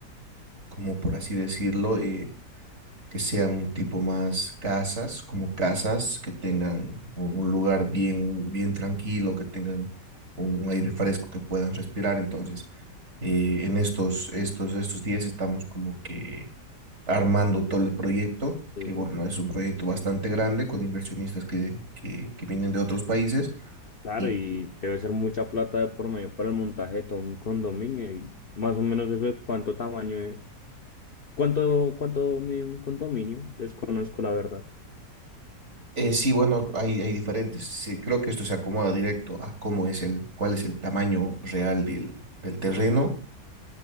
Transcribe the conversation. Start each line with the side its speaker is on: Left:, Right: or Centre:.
Right: como por así decirlo. eh, que sean un tipo más casas, como casas que tengan un, un lugar bien, bien tranquilo, que tengan un, un aire fresco que puedan respirar. Entonces, eh, en estos, estos, estos días estamos como que armando todo el proyecto,
Left: Sí,
Right: que bueno, es un proyecto bastante grande con inversionistas que, que, que vienen de otros países
Left: claro,
Right: y
Left: y
Right: que
Left: debe ser mucha plata de por medio para el montaje de todo un condominio y más o menos eso de cuánto tamaño, eh, cuánto, cuánto mide un condominio, desconozco la verdad.
Right: eh, sí, bueno, hay, hay diferentes. Sí, creo que esto se acomoda directo a cómo es el, cuál es el tamaño real del, del terreno